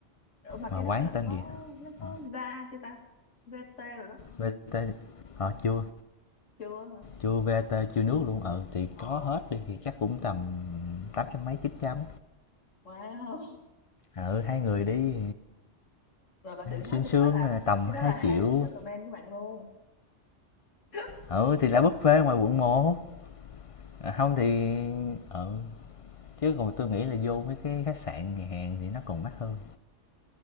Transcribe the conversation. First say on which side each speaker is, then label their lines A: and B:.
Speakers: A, on the left; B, on the left.
A: Ủa mà
B: mà
A: cái
B: quán
A: đó là
B: tên
A: có
B: gì hả?
A: nó có
B: Ờ,
A: va chưa ta VT rồi đó
B: VT ờ chưa,
A: chưa hả
B: chưa VT chưa nước luôn. Ừ thì
A: ồ
B: có hết đi thì chắc cũng tầm 800 mấy chín trăm
A: wow
B: Ừ hai người đi
A: rồi bạn đừng nói
B: xuyên
A: tôi
B: sương
A: cái đó là
B: tầm
A: cái
B: 2
A: đó là
B: triệu.
A: highly recommend của bạn luôn <laughs>
B: Ừ thì là buffet ngoài quận 1. À, không thì ừ chứ còn tôi nghĩ là vô mấy cái khách sạn nhà hàng thì nó còn mắc hơn.